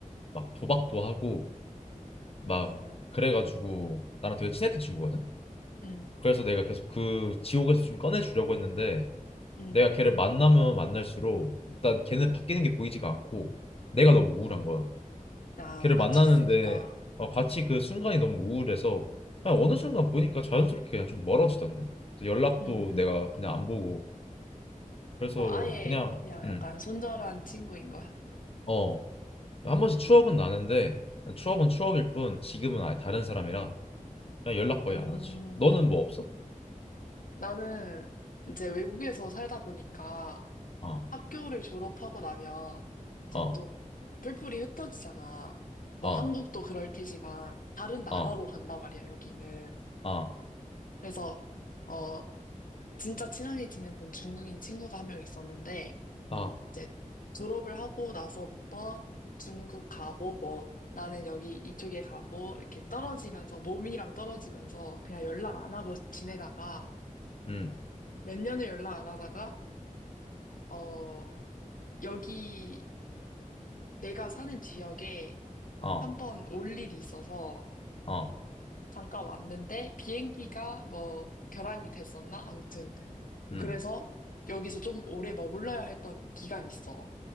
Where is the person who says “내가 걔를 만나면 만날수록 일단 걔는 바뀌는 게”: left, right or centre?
Left